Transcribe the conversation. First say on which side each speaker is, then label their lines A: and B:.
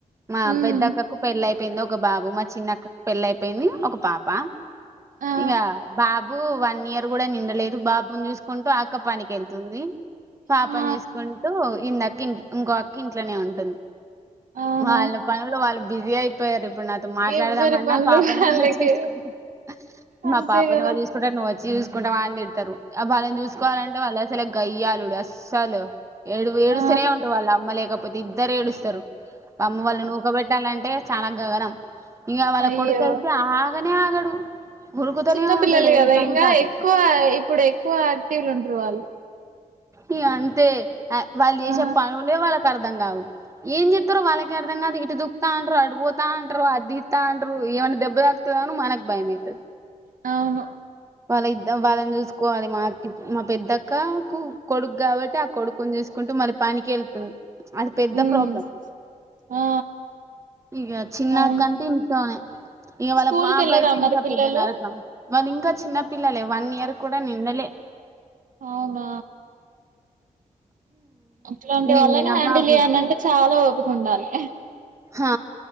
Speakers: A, on the right; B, on the right.
A: మా
B: ఉమ్
A: పెద్దక్కకు పెళ్ళ అయిపోయింది ఒక బాబు, మా చిన్నక్కకు పెళ్ళ అయిపోయింది ఒక పాప.
B: ఆ
A: ఇక బాబు వన్ ఇయర్ కూడా నిండలేదు. బాబుని చూసుకుంటూ అక్క పనికి వెళ్తుంది. పాపని
B: ఆ
A: చేసుకుంటూ ఇందక్క ఇంట్ ఇంకో అక్క ఇంట్లోనే ఉంటుంది.
B: అవునా
A: వాళ్ళ పనులు వాళ్ళు బిజీ అయిపోయారు. ఇప్పుడు నాతో మాట్లాడదామన్నా
B: ఎవ్వరి పనులు
A: పాపనే
B: వాళ్ళకే
A: వాళ్ళు చేసుకుంటా మా
B: అంతే
A: పాపని
B: కదా
A: ఎవరు చూసుకుంటారు నువ్వు వచ్చి చూసుకుంటవా అని తిడతారు. అ వాళ్ళని చూసుకోవాలంటే వాళ్ళ అస్సలె గయ్యాలుడు అస్సలు ఏడువు ఏడుస్తూనే
B: ఆ
A: ఉంటారు వాళ్ళు అమ్మ లేకపోతే ఇద్దరు ఏడుస్తారు. అమ్ము వాళ్ళు నూకబెట్టాలంటే చానా గగనం ఇగ వాళ్ళ
B: అయ్యో
A: కొడుకు అయితే ఆగనే ఆగడు. ఉరుకుతూనే
B: చిన్న పిల్లలు
A: ఉంటాడు
B: కదా
A: ఏటంటే
B: ఇంకా
A: అటు
B: ఎక్కువ ఇప్పుడు ఎక్కువ యాక్టివ్లు ఉంటారు వాళ్ళు.
A: ఇగ అంతే అ వాళ్ళ చేసే
B: ఆ
A: పనులె వాలా కర్ధ అర్ధం కావు ఏం చెప్తారు వాళ్ళకి అర్థం కాదు. ఇటు దుకుతా అంటరు, అటుపోతా అంటరు అ దితా అంటరు ఏ వానికి దెబ్బ తగులుతదేమో అని మనకు భయం అయితుంది.
B: నవును
A: వాళ్ళ ఇద్దం వాళ్ళని చూసుకోవాలి మా మా పెద్దక్కకు కొడుకు కాబట్టి ఆ కొడుకుని చూ చూసుకుంటూ మరి పనికి వెళ్తుంది. అది పెద్ద
B: ఉమ్
A: ప్రాబ్లం
B: ఆ
A: ఇక చిన్నక్కంటే
B: అవును
A: ఇంట్లోనే. ఇగ వాళ్ళ
B: స్కూల్
A: పాప
B: కెళ్ళరా
A: అయితే ఇంకా
B: మరి పిల్లలు
A: పెద్ద నరకం వాళ్లు ఇంకా చిన్న పిల్లలే వన్ ఇయర్ కూడా నిండలే
B: అవునా అట్లాంటి
A: నిండిన
B: వళ్లనే హ్యాండిల్
A: బాబులు
B: చేయనంటే చాలా ఓపికవుండాలి
A: ఆ